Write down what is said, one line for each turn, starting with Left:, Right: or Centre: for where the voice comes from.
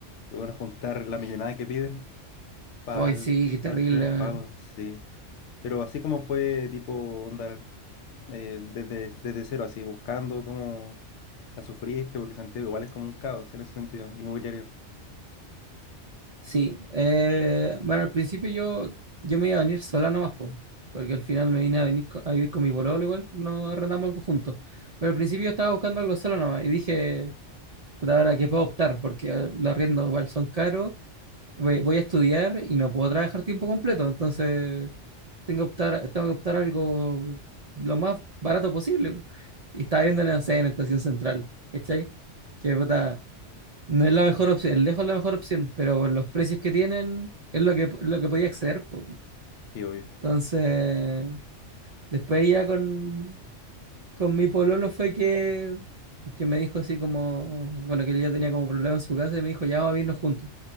Left: y bueno, juntar la millonada que piden para
Right: Ay,
Left: el,
Right: sí, qué terrible.
Left: primer
Right: eh.
Left: pago, sí. Pero así como fue tipo onda eh, desde, desde cero, así, buscando cómo la sufriste, porque Santiago igual es como un caos en ese sentido, inmobiliario.
Right: Sí. eh, bueno, al principio yo, yo me iba a venir sola nomás, pues. Porque al final me vine a venir co- a vivir con mi pololo, igual no arrendamos algo juntos. Pero al principio yo estaba buscando algo sola nomás y dije, puta, ahora que puedo optar, porque eh, los arriendos igual son caros voy, voy a estudiar y no puedo trabajar tiempo completo, entonces tengo que optar, tengo que optar algo lo más barato posible. Y estaba viendo, no sé, en Estación Central, ¿cachai? Que puta, no es la mejor opción, lejos la mejor opción, pero por los precios que tienen es lo que, lo que podía acceder. po.
Left: Y obvio.
Right: Entonces, después ya con, con mi pololo fue que, que me dijo así como, bueno, que él ya tenía como problema en su casa y me dijo, ya vamos a irnos juntos